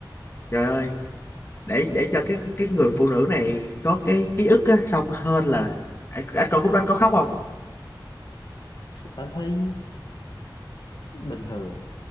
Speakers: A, on the left (about 30°); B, on the left (about 70°).
A: trời ơi để để cho cái cái người phụ nữ này có cái ký ức á xong hơn là anh, anh coi khúc đó anh có khóc không
B: anh thấy bình thường